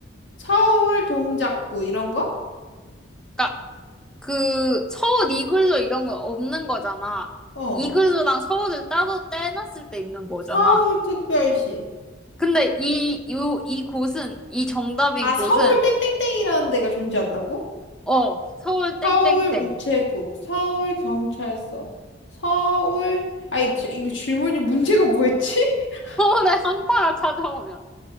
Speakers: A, on the left (about 70°); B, in the centre.
A: 서울 동작구 이런 거?
B: 그러니까 그 서울 이글루 이런 건 없는 거잖아.
A: 어.
B: 이글루랑 서울을 따로 떼놨을 때 있는 거잖아.
A: 서울특별시.
B: 근데 이, 요, 이 곳은, 이 정답인
A: 아,
B: 곳은
A: 서울 땡땡땡이라는 데가 존재한다고?
B: 어, 서울
A: 서울
B: 땡땡땡.
A: 우체국, 서울 경찰서, 서울 아이 저- 이거 질문이 문제가 뭐였지? <laughs>
B: 서울에 한파가 찾아오면